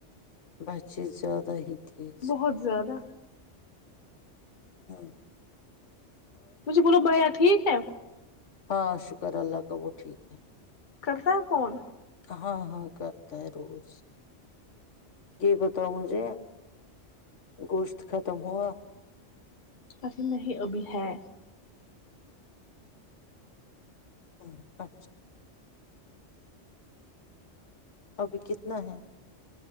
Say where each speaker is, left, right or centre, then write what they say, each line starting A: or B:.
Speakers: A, on the left; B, on the left.
A: بس چیز زیادہ ہی تیز
B: بہت زیادہ
A: ہمم
B: مجھے بولو بیا ٹھیک ہے
A: ہاں شکر اللہ کا وہ ٹھیک ہے
B: کرتا ہے فون
A: ہاں ہاں کرتا ہے روز یہ بتاؤ مجھے گوشت ختم ہوا
B: ارے نہیں ابھی ہے
A: ہمم اچھا ابھی کتنا ہے